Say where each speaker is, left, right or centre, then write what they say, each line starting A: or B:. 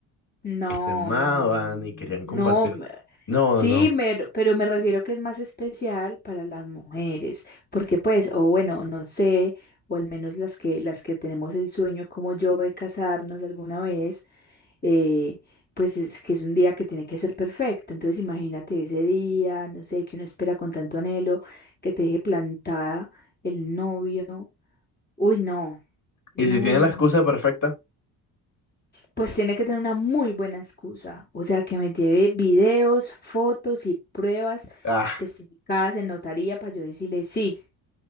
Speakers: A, on the left (about 20°); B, on the left (about 45°).
A: No,
B: que se amaban
A: no, no,
B: y querían compartir.
A: no. me-
B: No,
A: Sí,
B: no.
A: me- pero me refiero que es más especial para las mujeres, porque pues, o bueno, no sé, o al menos las que, las que tenemos el sueño como yo de casarnos alguna vez, eh, pues es que es un día que tiene que ser perfecto. Entonces, imagínate ese día, no sé, que uno espera con tanto anhelo, que te deje plantada el novio. Uy, no, no,
B: ¿Y si tiene
A: no,
B: la excusa
A: no.
B: perfecta?
A: Pues tiene que tener una muy buena excusa, o sea, que me lleve videos, fotos y pruebas
B: Ah,
A: testificadas en notaría para yo decirle, sí,